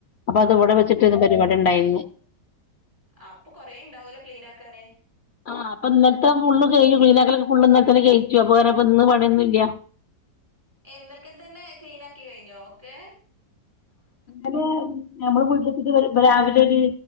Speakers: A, on the left (about 80°); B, on the right (about 20°).
A: അപ്പൊ അതിവിടെ
B: ഓ
A: വെച്ചിട്ടാന്ന് പരിപാടി ഉണ്ടായിരുന്നെ
B: അപ്പൊ കൊറേ ഉണ്ടാവല്ലോ ക്ലീൻ ആക്കാന്
A: ആ അപ്പൊ ഇന്നലത്തെ ഫുള് കഴിഞ്ഞു ക്ലീനാക്കലൊക്കെ ഫുള് ഇന്നലെത്തന്നെ കഴിച്ചു അപ്പൊ ഇന്ന് പണിയൊന്നുമില്ല
B: ഇന്നല്ക്കെ തന്നെ ക്ലീൻ ആക്കി കഴിഞ്ഞോ ഓക്കെ
A: <inaudible> ഞമ്മള് വീട്ടിലെത്തിട്ട് രാവിലെ ഒരു